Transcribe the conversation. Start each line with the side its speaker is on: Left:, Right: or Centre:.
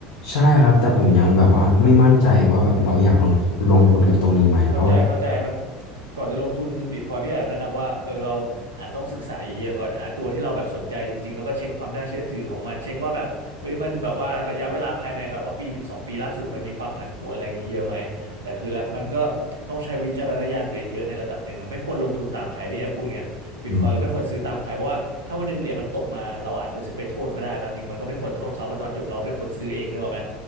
Left: ใช่ครับแต่ผมยังแบบว่าไม่มั่นใจว่าแบบเราอยากลงทุนลงทุนกับตรงนี้ไหมเพราะว่า
Right: เข้าใจเข้าใจมันก่อนจะลงทุนบิตคอยพี่อาจแนะนำว่าเออเราอาจต้องศึกษาเยอะๆก่อนหาตัวที่เราแบบสนใจจริงๆแล้วก็เช็คความน่าเชื่อถือของมันเช็คว่าแบบเฮ้ยมันแบบว่าระยะเวลาภายในแบบว่าปีถึงสองปีล่าสุดมันมีความผันผวนอะไรอย่างนี้เยอะไหมแต่คือแล้วมันก็ต้องใช้วิจารณญาณตัวเองเยอะในระดับหนึ่งอะไม่ควรลงทุนตามใครพี่อาพูดเงี้ยบิตคอยเราไม่ควรซื้อตามใครเพราะว่าถ้าวันหนึ่งเหรียญมันตกมาเราอาจจะรู้สึกไปโทษเขาได้ตามจริงมันก็ไม่ควรโทษเขาเพราะตอนจบเราก็เป็นคนซื้อเองเนกอะไหม
Left: อืม